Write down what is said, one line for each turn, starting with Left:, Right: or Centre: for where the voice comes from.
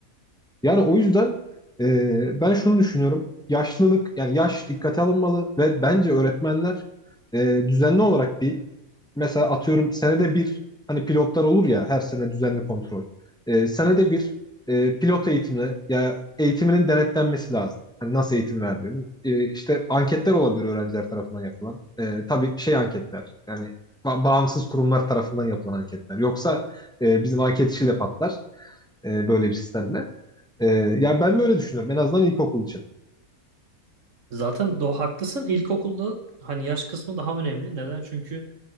Centre: Yani o yüzden e, ben şunu düşünüyorum. Yaşlılık yani yaş dikkate alınmalı ve bence öğretmenler e, düzenli olarak bir mesela atıyorum senede bir hani pilotlar olur ya her sene düzenli kontrol. Ee, senede bir e, pilot eğitimine ya eğitiminin denetlenmesi lazım. Hani nasıl eğitim verdiğini. Ee, işte anketler olabilir öğrenciler tarafından yapılan. Ee, tabii şey anketler yani ba- bağımsız kurumlar tarafından yapılan anketler. Yoksa e, bizim anket işi de patlar e, böyle bir sistemle. Ee, yani ben böyle düşünüyorum en azından ilkokul için.
Right: Zaten do haklısın. İlkokulda hani yaş kısmı daha önemli. Neden? Çünkü